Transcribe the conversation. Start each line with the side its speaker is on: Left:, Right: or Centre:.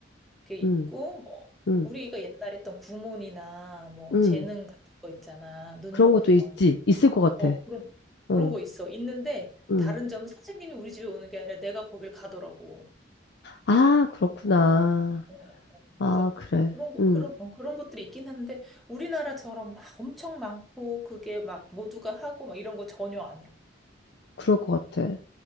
Centre: 게 있고
Left: 응,
Centre: 뭐
Left: 응,
Centre: 우리가 옛날에 했던 구몬이나 뭐
Left: 응.
Centre: 재능 같은 거 있잖아. 눈높이
Left: 그런 것도 있지.
Centre: 이런
Left: 있을 것 같아.
Centre: 어, 그런,
Left: 응,
Centre: 그런 거 있어. 있는데,
Left: 응.
Centre: 다른 점은 선생님이 우리 집에 오는 게 아니라 내가 거길 가더라고.
Left: 아, 그렇구나.
Centre: 어, 어, 어.
Left: 아,
Centre: 그래서
Left: 그래.
Centre: 그런 거,
Left: 응,
Centre: 그런, 어, 그런 것들이 있긴 하는데, 우리나라처럼 막 엄청 많고, 그게 막 모두가 하고, 막 이런 거 전혀 아니야.
Left: 그럴 것 같아.